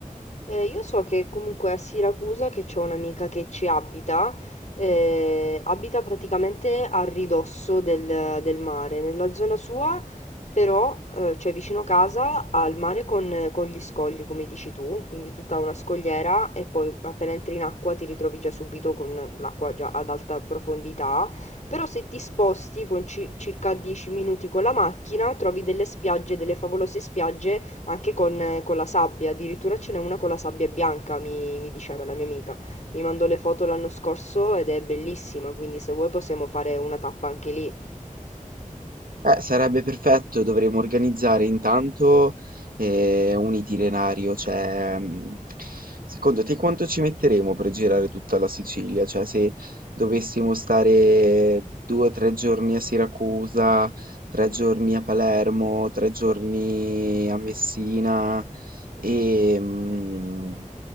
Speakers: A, on the left (about 55°); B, on the right (about 85°).
A: Eh, io so che comunque a Siracusa, che c'ho un'amica che ci abita, eh, abita praticamente a ridosso del, del mare, nella zona sua, però, eh, cioè vicino casa, al mare con, con gli scogli, come dici tu, quindi tutta una scogliera e poi appena entri in acqua ti ritrovi già subito con l'acqua già ad alta profondità, però se ti sposti con ci- circa 10 minuti con la macchina, trovi delle spiagge, delle favolose spiagge anche con, eh, con la sabbia, addirittura ce n'è una con la sabbia bianca, mi, mi diceva la mia amica. Mi mandò le foto l'anno scorso ed è bellissima, quindi se vuoi possiamo fare una tappa anche lì.
B: Eh, sarebbe perfetto, dovremmo organizzare intanto eh, un itinerario, cioè mh, secondo te quanto ci metteremo per girare tutta la Sicilia? Cioè se dovessimo stare due o tre giorni a Siracusa, tre giorni a Palermo, tre giorni a Messina e mh,